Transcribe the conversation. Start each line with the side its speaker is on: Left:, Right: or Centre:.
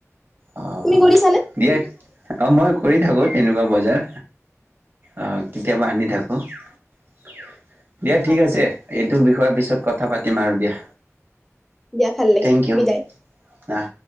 Right: অ
Centre: তুমি কৰিছানে?
Right: দিয়ে অঁ মই কৰি থাকো তেনেকুৱা বজাৰ অঁ কেতিয়াবা আনি থাকো দিয়া
Centre: হয়,
Right: ঠিক আছে টো বিষয়ৰ পিছত কথা পাতিম আৰু দিয়া
Centre: দিয়া ভাল লাগে
Right: থেংক ইউ
Centre: বিদায়
Right: আহ।